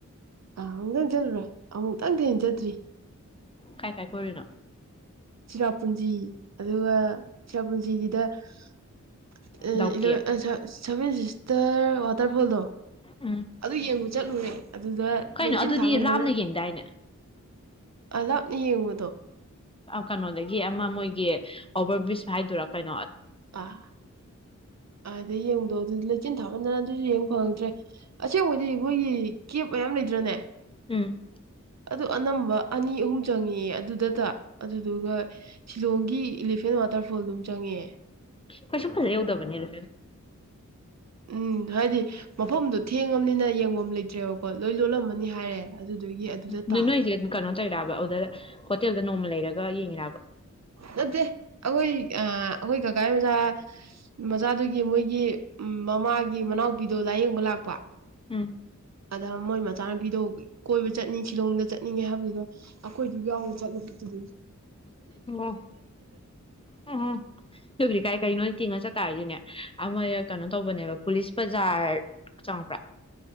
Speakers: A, on the right; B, on the left.
A: ꯑꯥ ꯑꯃꯨꯛꯇꯪ ꯆꯠꯂꯨꯔꯣ ꯑꯃꯨꯛꯇꯪꯗꯤ ꯍꯪꯖꯗ꯭ꯔꯤ
B: ꯀꯥꯏ ꯀꯥꯏ ꯀꯔꯤꯅ
A: ꯆꯤꯔꯥꯄꯨꯟꯖꯤ ꯑꯗꯨꯒ ꯆꯤꯔꯥꯄꯨꯟꯖꯤꯒꯤꯗ ꯂ
B: ꯗꯥꯎꯀꯤ
A: ꯁꯚꯦꯟ ꯁꯤꯁꯇꯔ ꯋꯥꯇꯔꯐꯣꯜꯗꯣ
B: ꯎꯝ
A: ꯑꯗꯨ ꯌꯦꯡꯕ ꯆꯠꯂꯨꯔꯦ ꯑꯗꯨꯗ
B: ꯀꯩꯅꯣ
A: ꯂꯩꯆꯤꯟ
B: ꯑꯗꯨꯗꯤ
A: ꯊꯥꯡꯃꯟꯗꯅ
B: ꯂꯥꯞꯅ ꯌꯦꯡꯗꯥꯏꯅꯦ
A: ꯑ ꯂꯥꯞꯅ ꯌꯦꯡꯕꯗꯣ
B: ꯀꯩꯅꯣꯗꯒꯤ ꯑꯃ ꯃꯣꯏꯒꯤ ꯑꯣꯚꯔ ꯕ꯭ꯔꯤꯖ ꯍꯥꯏꯗꯣꯔꯛꯄꯅꯤ
A: ꯑꯥ ꯑꯥꯗꯩ ꯌꯦꯡꯗꯣ ꯑꯗꯨ ꯂꯩꯆꯤꯟ ꯊꯥꯃꯟꯗꯅ ꯑꯗꯨꯁꯨ ꯌꯦꯡꯕ ꯐꯪꯉꯗ꯭ꯔꯦ ꯑꯁꯦꯡꯕꯗꯤ ꯃꯣꯏꯒꯤ ꯀꯦꯞ ꯃꯌꯥꯝ ꯂꯩꯗ꯭ꯔꯅꯦ
B: ꯎꯝ
A: ꯑꯗꯨ ꯑꯅꯝꯕ ꯑꯅꯤ ꯑꯍꯨꯝ ꯆꯪꯉ ꯑꯗꯨꯗꯇ ꯑꯗꯨꯗꯨꯒ ꯁꯤꯂꯣꯡꯒꯤ ꯏꯂꯤꯐꯦꯟ ꯋꯥꯇꯔꯐꯣꯜ ꯑꯗꯨꯝ ꯆꯪꯉꯦ
B: ꯀꯩꯁꯁꯨ ꯐꯖꯦ ꯌꯥꯎꯗꯕꯅꯤꯔꯣ
A: ꯎꯝ ꯍꯥꯏꯗꯤ ꯃꯐꯝꯗꯨꯣ ꯊꯦꯡꯉꯕꯅꯤꯅ ꯌꯦꯡꯒꯣꯝ ꯂꯩꯇ ꯆꯠꯇ꯭ꯔꯦꯕꯀꯣ ꯂꯣꯏ ꯂꯣꯜꯂꯝꯃꯅꯤ ꯍꯥꯏꯔꯦ ꯑꯗꯨꯗꯨꯒꯤ ꯑꯗꯨꯗ
B: ꯑꯗꯨ
A: ꯇꯥꯕ
B: ꯅꯣꯏꯁꯦ ꯑꯗꯨꯝ ꯀꯩꯅꯣ ꯇꯧꯔꯤꯔꯕ ꯑꯗꯨꯗ ꯍꯣꯇꯦꯜꯗ ꯅꯣꯡꯃ ꯂꯩꯔꯒ ꯌꯦꯡꯤꯕ
A: ꯅꯠꯇꯦ ꯑꯩꯈꯣꯏ ꯑ ꯑꯩꯈꯣꯏ ꯒꯒꯥꯏ ꯃꯆꯥꯥ ꯃꯆꯥꯗꯨꯒꯤ ꯃꯣꯏꯒꯤ ꯃꯃꯥꯒꯤ ꯃꯅꯥꯎꯄꯤꯗꯣ ꯂꯥꯏꯌꯦꯡꯕ ꯂꯥꯛꯄ
B: ꯎꯝ
A: ꯑꯗ ꯃꯣꯏ ꯃꯆꯥꯅꯨꯄꯤꯗ ꯀꯣꯏꯕ ꯆꯠꯅꯤꯡꯤ ꯁꯤꯂꯣꯡꯗ ꯆꯠꯅꯤꯡꯉꯦ ꯍꯥꯏꯕꯗꯨꯗꯣ ꯑꯩꯈꯣꯏꯗꯨ ꯌꯥꯎꯅ ꯆꯠꯂꯨꯕ
B: ꯑꯣ ꯎꯝ ꯎꯝ ꯑꯗꯨꯕꯨꯗꯤ ꯀꯥꯏ ꯀꯅꯣꯅ ꯇꯤꯡꯉ ꯆꯠꯇꯥꯔꯗꯤꯅꯦ ꯑꯃ ꯀꯩꯅꯣ ꯇꯧꯕꯅꯦꯕ ꯄꯨꯂꯤꯁ ꯕꯖꯥꯔ ꯆꯪꯉꯛꯄ꯭ꯔꯥ